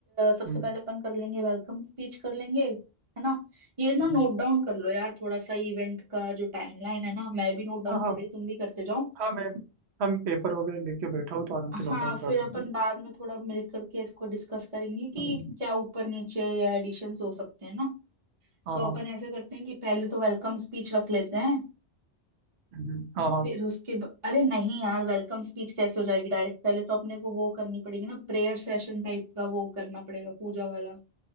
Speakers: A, on the right; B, on the right.
A: सबसे
B: हम्म
A: पहले अपन कर लेंगे वेलकम स्पीच कर लेंगे है ना ये ना
B: हम्म।
A: नोट डाउन कर लो यार थोड़ा सा इवेंट का जो टाइमलाइन है ना मैं भी नोट डाउन
B: हाँ हाँ
A: कर रही हूँ तुम भी करते जाओ
B: हाँ मैं हम पेपर वगैरह लेके बैठा हूँ तो आराम से नोट
A: हाँ
B: डाउन कर
A: फिर
B: रहा
A: अपन
B: हूँ तो
A: बाद में थोड़ा मिल करके इसको डिस्कस करेंगे कि
B: हम्म,
A: क्या ऊपर नीचे या एडिशंस हो सकते हैं ना
B: हाँ
A: तो
B: हाँ
A: अपन ऐसा करते हैं कि पहले तो वेलकम स्पीच रख लेते हैं
B: हम्म, हाँ हाँ
A: फिर उसके ब... अरे नहीं यार वेलकम स्पीच कैसे हो जाएगी डायरेक्ट पहले तो अपने को वो करनी पड़ेगी ना प्रेयर सेशन टाइप का वो करना पड़ेगा पूजा वाला